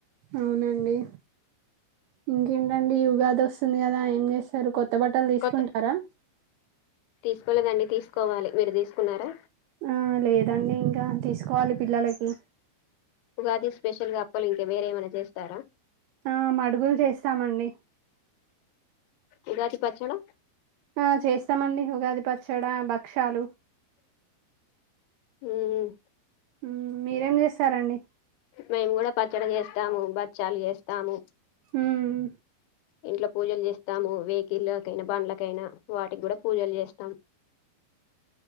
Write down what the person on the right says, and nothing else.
అవునండి ఇంకేంటండి ఉగాది వస్తుంది కదా ఏం చేశారు కొ కొత్త బట్టలు తీసుకుంటారా
ఆ లేదండి ఇంకా తీసుకోవాలి పిల్లలకి
ఆ మడుగులు చేస్తామండి
ఆ చేస్తామండి ఉగాది పచ్చడి భక్షాలు
మ్మ్, మీరేం చేస్తారండి
మ్మ్,